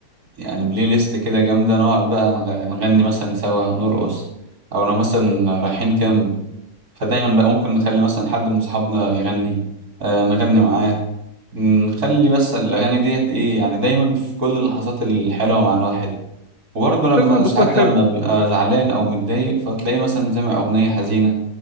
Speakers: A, on the right (about 45°); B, on the left (about 40°).
A: يعني بلاي ليست كده جامدة نقعد بقى نغ- نغني مثلا سوا نرقص أو لو مثلا رايحين كامب فدايما بقى ممكن نخلي مثلا حد من أصحابنا يغني آه نغني معاه نخلي بس الأغاني ديت إيه يعني دايما في كل اللحظات الحلوة مع الواحد وبرضه لما
B: مش لازم يبص
A: ساعات
B: لك حلو
A: لما بيبقى زعلان او متضايق فتلاقيه مثلا سامع اغنيه حزينه